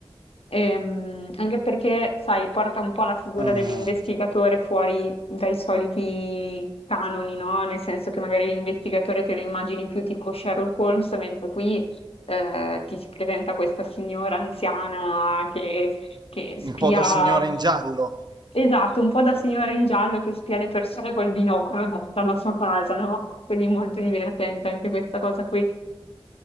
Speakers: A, on the left; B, on the right.
A: Ehm, anche perché, sai, porta un po' la figura
B: Ah,
A: dell'investigatore fuori dai soliti canoni, no? Nel senso che magari l'investigatore te lo immagini più tipo Sherlock Holmes, mentre qui eh, ti si presenta questa signora anziana che, che spia,
B: un po' da signora in giallo.
A: esatto, un po' da signora in giallo che spia le persone col binocolo da- dalla sua casa, no? Quindi molto divertente anche questa cosa qui,